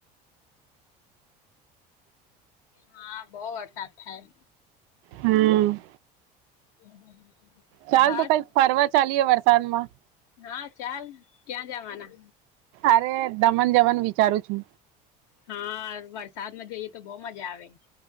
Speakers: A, on the left; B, on the right.
A: હા બહ વરસાદ થાય
B: હમ્મ
A: <unintelligible>
B: ચાલ
A: આજ
B: તો કઈ ફરવા ચાલીય વરસાદ માં
A: હા ચાલ ક્યાં જવાના
B: અરે દમન જમન વિચારું છું.
A: હા વરસાદમાં જઈએ તો બહ મજા આવે